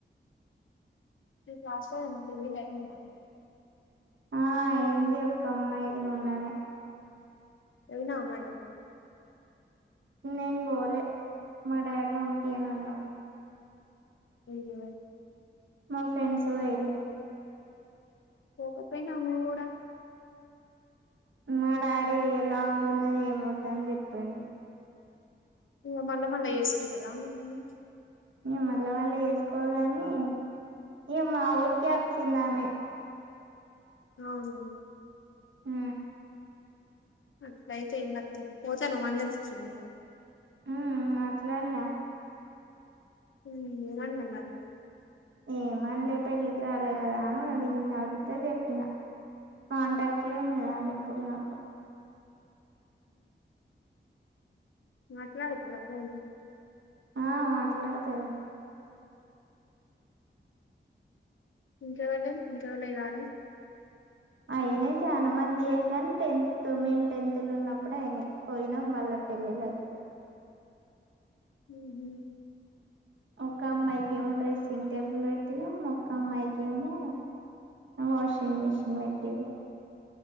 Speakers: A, on the left; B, on the right.
A: క్లాసమ్ మా పెళ్లి అయిందా
B: ఆ అయింది ఒక్క
A: ఎ పో
B: అమ్మాయిది మొన్ననే
A: ఏవినా అ మడ
B: నేను బోలే మా డాడ అంపియని అన్నాడు
A: కయి
B: మా ఫ్రెండ్స్ ఎలు
A: పోకపోయి అను కూడా
B: మా డాడీ లాంగ్ ఉన్నది ఏమ వద్ద అని చెప్పిండు
A: ఇ మళ్ల మల్ల ఏసుకదా మల్ల మల్
B: మే మళ్ళ వాళ్ళ వేసుకోవగాని ఏ మా ఊరికేప్ చిందామే
A: అవును
B: హ
A: అంతైతు ఇంగతుది ఓతా ను్వు అందలిస్త అ
B: హ అట్లాన్న
A: ఉ నన్న నారి
B: ఏమనలే పెళ్ళికి రాలే కదా అని అడిగింది అడితే చెప్పిన కాంటాక్ట్లే ఉన్నదామె ఇప్పుడు నాకు
A: మాట్లాతు రా ఫ
B: ఆ మాట్లాడతాయి
A: ఇంకావలే ఇంకావలే ఇవను
B: అయిన చాల మంది కానీ టెన్త్ మేం టెన్త్ లో ఉన్నప్పుడు అయిన పోయినాం వాళ్ళ పెళ్ళిళ్ళకి
A: హ్మ్ హూ
B: ఒక అమ్మాయికి ఏమో డ్రెస్సింగ్ టేబుల్ పెట్టినం. ఒక్క అమ్మాయికి ఏమో వాషింగ్ మిషిన్ పెట్టిర్రు.